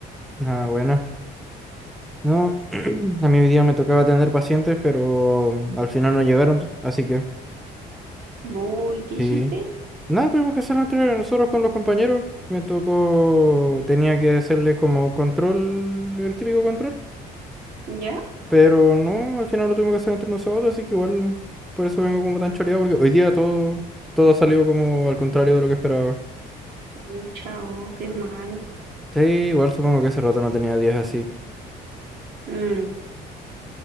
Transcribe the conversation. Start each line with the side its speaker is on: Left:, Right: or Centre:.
Centre: Ah, bueno. No, <clears throat> a mí hoy día me tocaba atender pacientes, pero al final no llegaron, así que...
Right: Voy, ¿qué
Centre: Sí.
Right: hiciste?
Centre: Nada, tuvimos que hacer la entrega nosotros con los compañeros. Me tocó, tenía que hacerle como control, el típico control.
Right: ¿Ya?
Centre: Pero no, al final lo tuvimos que hacer entre nosotros, así que igual por eso vengo como tan choreado, porque hoy día todo, todo ha salido como al contrario de lo que esperaba.
Right: Pucha, oh, qué mal.
Centre: Sí, igual supongo que hace rato no tenía días así.
Right: Mm,